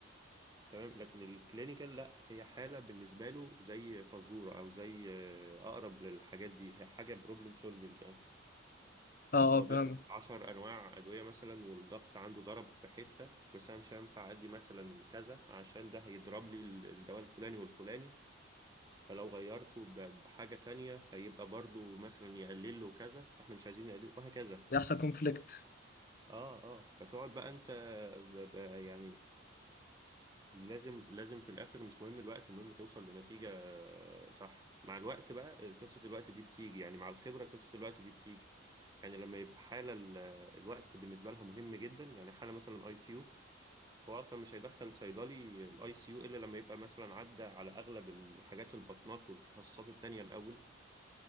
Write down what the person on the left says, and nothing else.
اه
اه
فاهمك
يحصل كونفليكت